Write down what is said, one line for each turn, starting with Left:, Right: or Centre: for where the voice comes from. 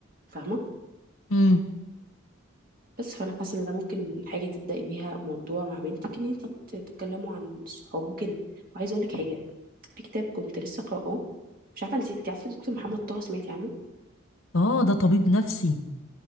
Right: فاهمه
Left: امم
Right: بس فانا حاسه ان ده ممكن حاجه تبداي بيها موضوع مع بنتك ان انت تتكلموا عن الصحاب وكده وعايزه اقول لك حاجه في كتاب كنت لسه قراه مش عارفه انت انت عارفه دكتور محمد طه سمعتي عنه
Left: اه ده طبيب نفسي